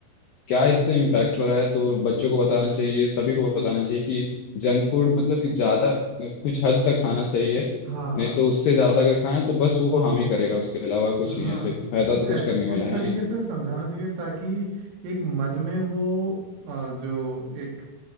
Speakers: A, on the left; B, on the right.
A: क्या इससे इम्पैक्ट हो रहा है तो बच्चों को बताना चाहिए सभी को बताना चाहिए कि जंक फूड मतलब कि ज़्यादा कुछ हद तक खाना सही है
B: हाँ हाँ
A: नहीं तो उससे ज़्यादा अगर खाएं तो बस वो हानि करेगा उसके अलावा कुछ
B: हाँ
A: नहीं है ऐसे फायदा
B: और
A: तो कुछ
B: ऐस
A: करने वाला
B: इस
A: है
B: तरीके
A: नहीं
B: से समझाना चाहिए ताकि एक मन में वो अ, जो एक